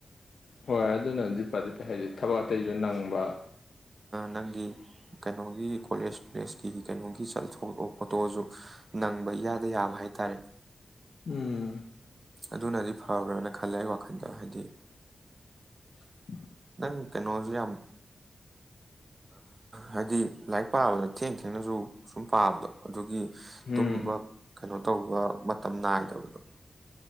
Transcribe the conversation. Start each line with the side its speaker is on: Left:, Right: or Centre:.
Left: ꯍꯣꯏ ꯑꯗꯨꯅ ꯗꯤꯄꯄ ꯍꯥꯏꯗꯤ ꯊꯕꯛ ꯑꯇꯩꯁꯨ ꯅꯪꯕ
Right: ꯅꯪꯒꯤ ꯀꯩꯅꯣꯒꯤ ꯀꯣꯂꯦꯖ ꯀꯣꯂꯦꯖꯀꯤ ꯀꯩꯅꯣꯒꯤ ꯆꯠꯊ ꯐꯣꯇꯣꯁꯨ ꯅꯪꯕ ꯌꯥꯗ ꯌꯥꯕ ꯍꯥꯏ ꯇꯔꯦ
Left: ꯎꯝ
Right: ꯑꯗꯨꯅꯗꯤ ꯐꯕ꯭ꯔꯥꯅ ꯈꯜꯂꯦ ꯑꯩ ꯋꯥꯈꯜꯗ ꯍꯥꯏꯗꯤ
Left: <unintelligible>
Right: ꯅꯪ ꯀꯩꯅꯣꯁꯨ ꯌꯥꯝ ꯍꯥꯏꯗꯤ ꯂꯥꯏꯔꯤꯛ ꯄꯥꯕꯗ ꯊꯦꯡ ꯊꯅꯁꯨ ꯁꯨꯝ ꯄꯥꯕꯗꯣ ꯑꯗꯨꯒꯤ
Left: ꯎꯝ
Right: ꯇꯝꯕ ꯀꯩꯅꯣ ꯇꯧꯕ ꯃꯇꯝ ꯅꯥꯏꯗꯕꯗꯣ